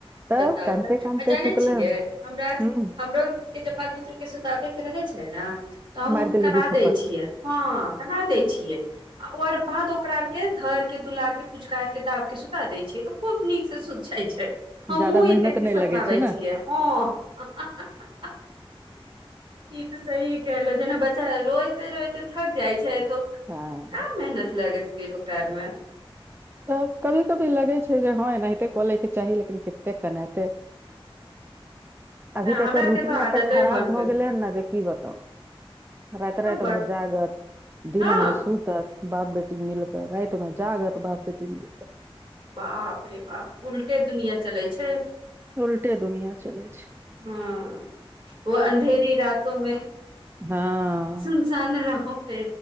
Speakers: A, on the right; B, on the right.
A: तब
B: बताउ
A: कानते
B: तऽ
A: कानते
B: आ जानै
A: सुतले
B: छियै
A: हन
B: हमरा
A: हूं
B: हमरो के जब बाल बुतरू के सुताबे के रहे छै ने त अहूँ
A: मारि देली
B: कना
A: दू थप्पड़
B: दे हँ कना दै छियै। आ ओकर बाद ओकरा आर के धर के दुलार के पुचकार के दाब के सुता देै छियै तऽ खूब नीकसँ सुत जाइ छै हमहुँ
A: जादा
B: ई
A: मेहनत
B: टैक्टिस
A: नहि लगै
B: अपनाबै
A: छै ने
B: छियै हँ हा हा ई तऽ सही कहलो जेना बच्चा रोइ रोइते -रोइते थक जाई छै तो
A: हँ
B: कहाँ मेहनत लगत फिर ओकरा आ मे।
A: तऽ कभी कभी लगै छै जे हँ एनाहिते कऽ लेबे चाही लेकिन कतेक केनाते। अभी
B: नहि
A: तऽ
B: हमरा
A: एकर
B: आर
A: रूटीन
B: के तऽ आदते
A: एतेक खराब
B: बन
A: भऽ
B: गेल
A: गेलै
B: छै
A: हन ने जे कि बताउ? राति राति
B: हँ बड
A: भर जागत दिन
B: हँ
A: मे सूत त बाप बेटी मिलके राति मे जागत बाप बेटी मिलकेऽ
B: बाप रे बाप उलटे दुनिया चले छै।
A: उल्टे दुनिया चले छै।
B: ह वह अन्धेरी रातोमे
A: ह
B: सुनसान राहो प